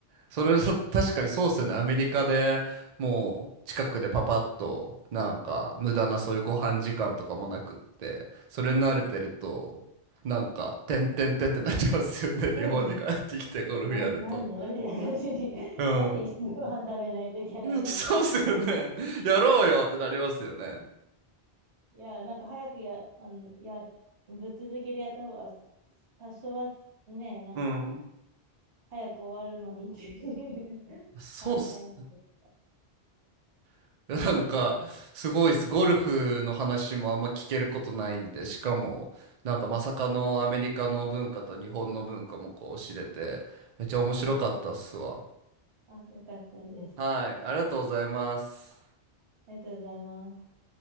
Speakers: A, on the right; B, on the right.
A: それだ確かにそうっすよね。アメリカでもう近くでパパッとなんか無駄なそういうご飯時間とかもなくって、それに慣れてるとなんかてんてんてんってなっちゃうんですよね。<laughs> 日本に帰ってきてゴルフやると。
B: うん <laughs> な、なんでみたいな感じに、<laughs>
A: うん。
B: なんで一緒にご飯食べないといけないのみたいな。
A: そうっすよね。やろうよってなりますよね。
B: いや、なんか早くや、あの、や、ぶっ続けでやった方が、多少はね、なんか、
A: うん。
B: 早く終わるのにっていう <laughs>
A: そうっす。
B: 考えなんですけど。
A: <laughs> なんか、すごいです。ゴルフの話もあんま聞けることないんで、しかも、なんかまさかのアメリカの文化と日本の文化もこう知れて、めっちゃ面白かったっすわ。
B: あ、<laughs> そうあ、よかったです。
A: はい、ありがとうございます。
B: ありがとうございます。